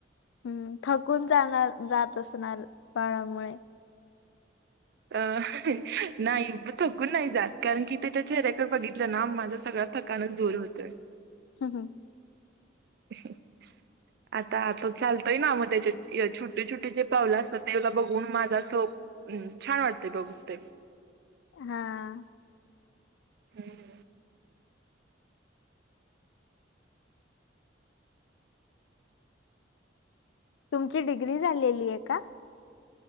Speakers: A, on the left (about 75°); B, on the right (about 60°).
A: हम्म थकून जाणार जात असणार बाळामुळे.
B: अ नाही थकून नाही जात कारण की ते त्या चेहऱ्याकड बघितलं ना माझा सगळं थकानं जोर होतोय.
A: ह हं
B: ह आता आता चालतोय ना मग त्याच्या छटी छोटी जे पावलं असतात तेवला बघून माझा सोप. हम्म छान वाते बघते ते
A: हा.
B: हम्म
A: तुमची डिग्री झालेली आहे का?